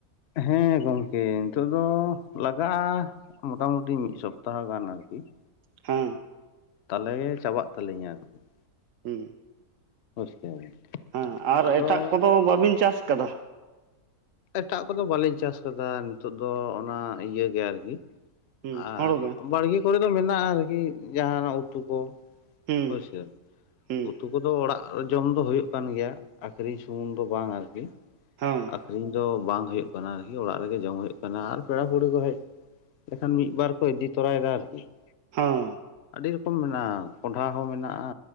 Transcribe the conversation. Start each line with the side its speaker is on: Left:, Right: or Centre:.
Left: ᱦᱮᱸ ᱜᱚᱢᱠᱮ ᱱᱤᱛᱳᱜ ᱫᱚ ᱞᱟᱜᱟᱜ-ᱟ ᱢᱚᱴᱟ ᱢᱩᱴᱤ ᱢᱤᱫ ᱥᱚᱯᱛᱟᱦᱚ ᱜᱟᱱ ᱟᱨᱠᱤ ᱾
Right: ᱦᱮᱸ
Left: ᱛᱟᱦᱚᱞᱮ ᱜᱮ ᱪᱟᱵᱟᱜ ᱛᱟᱹᱟᱞᱤᱧᱟ ᱟᱨᱠᱤ ᱾
Right: ᱦᱩᱸ
Left: ᱠᱮᱫᱟᱵᱤᱱ
Right: ᱦᱩᱸ ᱟᱨ
Left: ᱟᱫᱚ
Right: ᱮᱴᱟᱜ ᱠᱚᱫᱚ ᱵᱟᱵᱤᱱ ᱪᱟᱥ ᱠᱟᱫᱟ?
Left: ᱮᱴᱟᱜ ᱠᱚᱫᱚ ᱵᱟᱞᱤᱧ ᱪᱟᱥ ᱟᱠᱟᱫᱟ ᱱᱤᱛᱚᱜ ᱫᱚ ᱚᱱᱟ ᱤᱭᱟᱹ ᱜᱮ ᱟᱨᱠᱤ
Right: ᱦᱩᱸ
Left: ᱟᱨ
Right: ᱦᱳᱲᱳ ᱜᱮ
Left: ᱵᱟᱲᱜᱮ ᱠᱚᱨᱮ ᱫᱚ ᱢᱮᱱᱟᱜᱼᱟ ᱟᱨᱠᱤ ᱡᱟᱦᱟᱱᱟᱜ ᱩᱛᱩ ᱠᱚ ᱾
Right: ᱦᱩᱸ
Left: ᱵᱩᱡᱷ ᱠᱮᱫᱟ ᱵᱤᱱ
Right: ᱦᱩᱸ
Left: ᱩᱫ ᱩᱛᱩ ᱠᱚᱫᱚ ᱚᱲᱟᱜ ᱡᱚᱢ ᱫᱚ ᱦᱩᱭᱩᱜ ᱠᱟᱱ ᱜᱮᱭᱟ ᱟᱠᱷᱨᱤᱧ ᱥᱩᱢᱩᱝ ᱫᱚ ᱵᱟᱝ ᱟᱨᱠᱤ ᱾
Right: ᱦᱮᱸ
Left: ᱟᱠᱷᱨᱤᱧ ᱫᱚ ᱵᱟᱝ ᱦᱩᱭᱩᱜ ᱠᱟᱱᱟ ᱟᱨᱠᱤ ᱚᱲᱟᱜ ᱨᱮᱜᱮ ᱡᱚᱢ ᱦᱩᱭᱩᱜ ᱠᱟᱱᱟ ᱟᱨ ᱯᱮᱲᱟ ᱯᱟᱹᱲᱦᱟᱹ ᱠᱚ ᱦᱮᱡ ᱦᱮ ᱞᱮᱠᱷᱟᱱ ᱢᱤᱫᱵᱟᱨ ᱠᱚ ᱤᱫᱤ ᱛᱚᱨᱟᱭᱮᱫᱟ ᱟᱨᱠᱤ ᱾
Right: ᱦᱚᱸ
Left: ᱟᱹᱰᱤ ᱨᱚᱠᱚᱢ ᱢᱮᱱᱟᱜᱼᱟ ᱠᱚᱸᱰᱷᱟ ᱦᱚᱸ ᱢᱮᱱᱟᱜᱼᱟ,